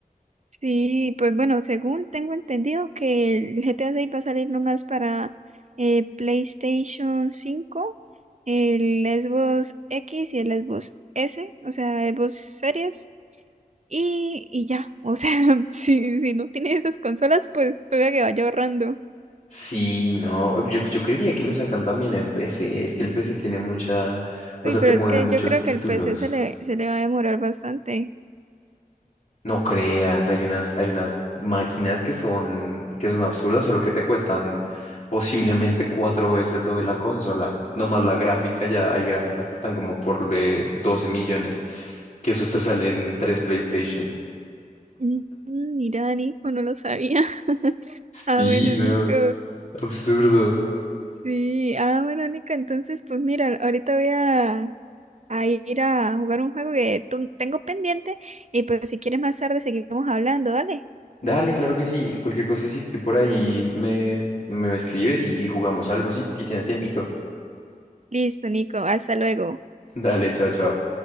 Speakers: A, on the right (about 50°); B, on the left (about 60°).
A: Sí, pues bueno, según tengo entendido que el GTA 6 va a salir nomás para eh, PlayStation cinco el Xbox X y el Xbox S, o sea, Xbox Series. Y, y ya, o sea, <laughs> si, si no tienes esas consolas, pues tuve que vaya ahorrando.
B: Sí, no, yo, yo creería que lo sacan también en PC. Es que el PC tiene mucha, o
A: Uy,
B: sea,
A: pero
B: te mueve
A: es que
B: muchos
A: yo creo
B: títulos.
A: que el PC se le, se le va a demorar bastante.
B: No creas, hay unas, hay unas máquinas que son, que son absurdas, solo que te cuestan posiblemente cuatro veces lo de la consola. No más la gráfica, ya hay gráficas que están como por eh, 12 millones, que esos te salen tres PlayStation.
A: Mm, Mira, Nico, no lo sabía. <laughs> Ah,
B: Sí,
A: bueno,
B: no,
A: Nico.
B: absurdo.
A: Sí, ah, bueno, Nico, entonces, pues mira, ahorita voy a, a ir a jugar un juego que tu- tengo pendiente y pues si quieres más tarde seguimos hablando, dale.
B: Dale, claro que sí. Cualquier cosa, si estoy por ahí, me, me escribes y, y jugamos algo, si, si tienes tiempito.
A: Listo, Nico, hasta luego.
B: <laughs> Dale, chao, chao.